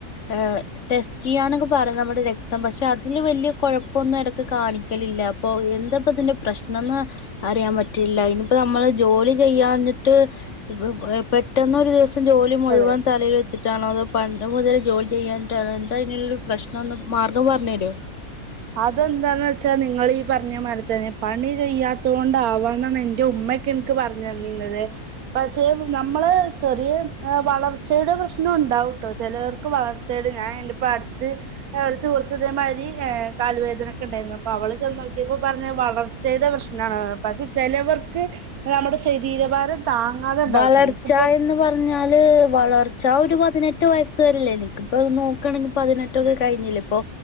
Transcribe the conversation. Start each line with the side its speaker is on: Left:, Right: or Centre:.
Left: ഏ ടെസ്റ്റയ്യാനൊക്കെ പറിം നമ്മുടെ രക്തം പക്ഷെ അതില് വലിയ കുഴപ്പൊന്ന് എടക്ക് കാണിക്കലില്ലപ്പൊ എന്ത പതിന് പ്രശ്നംന്ന് അറിയാൻ പറ്റില്ല. ഇനിപ്പോ നമ്മൾ ജോ പൊലി ചെയ്യാഞ്ഞിട്ട് <unintelligible> പെട്ടെന്നൊരു ദിവസം ജോലി മുഴുവൻ
Right: അതെ
Left: തലയിൽ വെച്ചിട്ടാണോ അതോ പണ്ട് മുതൽ ജോലി ചെയ്യാൻട്ടാണോ എന്താ അയ്നുള്ള പ്രശ്നംന്ന് മാർഗം പറഞ്ഞരോ?
Right: അതെന്താന്ന് വെച്ചാ നിങ്ങളീ പറഞ്ഞമാരി തന്നെ പണി ചെയ്യാത്തോണ്ടാവാണം എൻ്റെ ഉ മ്മക്കൻക്ക് പറഞ്ഞന്നീന്നത് പക്ഷെ നമ്മള് ചെറിയ വളർച്ചയുടെ പ്രശ്ന <unintelligible> ഉണ്ടാവും ട്ടോ ചെലോർക്ക് വളർച്ചയട് ഞാന്പ്പട്ത്ത് ഒരു സുഹൃത്ത് ഇതേമാരി കാല് വേദനൊക്കെണ്ടായിരുന്നു അപ്പൊ അവള് ചെന്നോക്കിയപ്പോ പറഞ്ഞ വളർച്ചയുടെ പ്രശ്നാണ് പക്ഷെ ചെലവർക്ക് നമ്മുടെ ശരീരഭാരം താങ്ങാതെ ഉണ്ടാവട്ടോ
Left: വളർച്ച
Right: എനിക്കിപ്പോ
Left: എന്ന് പറഞ്ഞാല് വളർച്ച ട്ടാ ഒരു പതിനെട്ട് വയസ്സ് വരല്ലേ നിക്ക്പ്പോ നോക്കാണെങ്കി പതിനെട്ടൊക്കെ കഴിഞ്ഞില്ലേ ഇപ്പോ